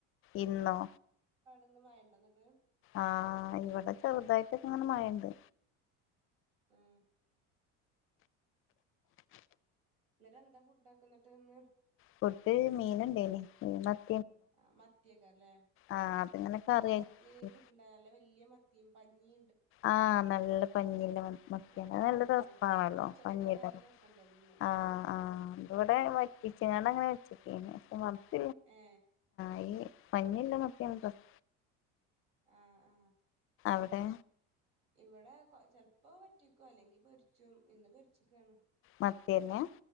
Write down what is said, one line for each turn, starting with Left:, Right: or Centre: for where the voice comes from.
Left: ഇന്നോ
Right: ഇന്ന് മയണ്ടോ ന്നിട്ട്
Left: ആ ഇവിടെ ചെറുതായിട്ടൊക്കെ ഇങ്ങനെ മഴഇണ്ട്
Right: മ് എന്നിട്ട് എന്താ ഫുഡ് ആക്കുന്നിട്ട് ഈന്ന്
Left: ഫുഡ് മീനുണ്ടെയ്നു മീൻ വറുത്ത
Right: ആ മത്തിയകാറില്ലേ
Left: ആഹ് അതിങ്ങനെ കറിയാക്കി
Right: ഇപ്പൊ മത്തി കിട്ടണ്ടായല്ലെ വലിയ മ- തീമ് പഞ്ഞീ
Left: ആ നല്ല പഞ്ഞില്ല മ മത്തിയണല്ലോ
Right: ആ
Left: നല്ല
Right: പഞ്ഞിയ
Left: രസമാണല്ലോ
Right: പൊരിച്ചപ്പോ
Left: പഞ്ഞീ
Right: തന്നെ നല്ല രസമുണ്ട് അതിന്ന്
Left: ആ ആ ഇത് ഇവിടെ വറ്റിച്ചെങ്ങണ്ട് അങ്ങ് വെച്ചിട്ടെനെ
Right: ഏ
Left: ഐ പഞ്ഞില്ല മത്തിയ നല്ല രസ
Right: ആ ആ
Left: എവിടെ
Right: ഇവിടെ കൊ ചെലപ്പോ വറ്റിക്കും അല്ലെങ്കി പൊരിച്ചും ഇന്ന് പൊരിചെക്കാണ്
Left: മത്തിയന്നെ